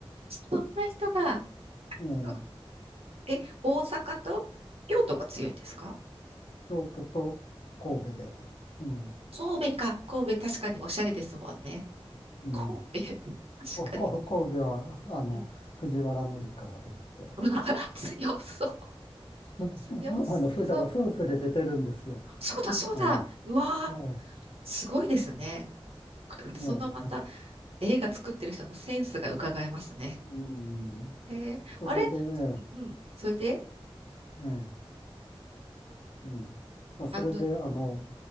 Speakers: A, on the right (about 80°); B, on the left (about 65°).
A: そんな人が、
B: ええ、
A: そうえ、大阪と京都が強いんですか
B: 京都と神戸で、
A: うん
B: ええ、
A: 神戸か。神戸確かにおしゃれですもんね。
B: うん。
A: 神戸、確かに。
B: こ、こ、神戸は、あの、
A: うん。
B: 藤原紀香が出てて、
A: うわ、強そう、
B: <laughs>
A: 強そう。
B: あの、ふ、だから夫婦で出てるんですよ。
A: そうだ、そうだ。
B: あの、
A: うわー、
B: ええ、
A: すごいですね。
B: ええ、
A: そのまた
B: ええ
A: 映画作ってる人のセンスが伺えますね。
B: うん。
A: へえ、
B: それで、
A: あれ、
B: え
A: うん、それで、
B: え、ええうん。まあ、それで、
A: あの、う
B: あの、